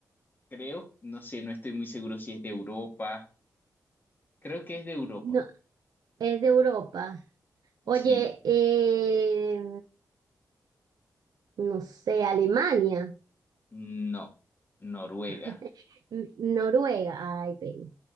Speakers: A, on the left; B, on the right.
A: Creo, no sé, no estoy muy seguro si es de Europa. Creo que es de Europa.
B: No, es de Europa. Oye,
A: Sí,
B: eh, no sé, Alemania.
A: no. Noruega.
B: <laughs> N- Noruega, ay, pena.